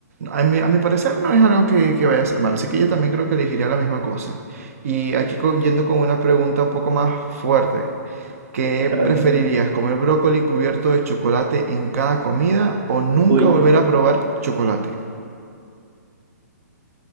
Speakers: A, on the right (about 55°); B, on the right (about 20°).
A: A mi, a mi parecer no es algo que, que vaya a ser malo, así que yo también creo que elegiría la misma cosa. Y aquí con- yendo con una pregunta un poco más fuerte. ¿Qué
B: A ver,
A: preferirías, comer brócoli cubierto de chocolate en cada comida o nunca
B: uy,
A: volver a probar chocolate?